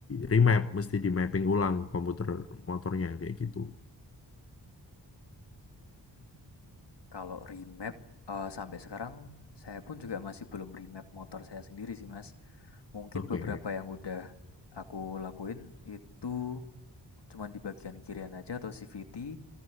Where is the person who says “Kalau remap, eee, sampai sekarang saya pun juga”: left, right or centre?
Left